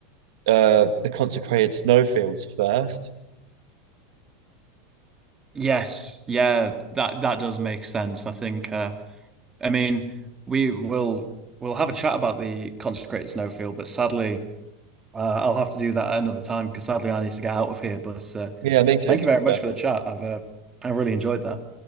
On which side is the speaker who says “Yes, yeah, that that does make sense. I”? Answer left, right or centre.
Right